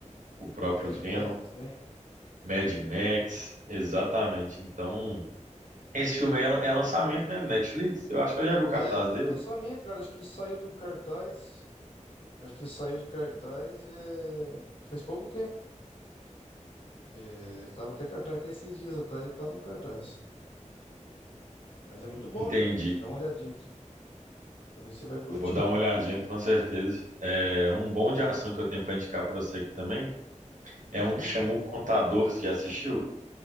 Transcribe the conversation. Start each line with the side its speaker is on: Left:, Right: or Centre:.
Right: o próprio
Left: Mad
Right: Venom,
Left: Max, né?
Right: Mad Max, exatamente. Então, esse filme aí é, é lançamento, né? Netflix, eu acho que eu já vi o cartaz
Left: É,
Right: dele.
Left: é lançamento, cara. Acho que ele saiu do cartaz. Eu acho que ele saiu de cartaz é, faz pouco tempo. É, ele tava até cartaz, até esses dias atrás ele tava um cartaz. Mas é muito bom,
Right: Entendi.
Left: hein, cara. Dá uma olhadinha pra você. Talvez você vai curtir.
Right: Vou dar uma olhadinha com certeza. É um bom de ação que eu tenho para indicar para você aqui também. É
Left: Sim.
Right: um que chamou O Contador, você já assistiu?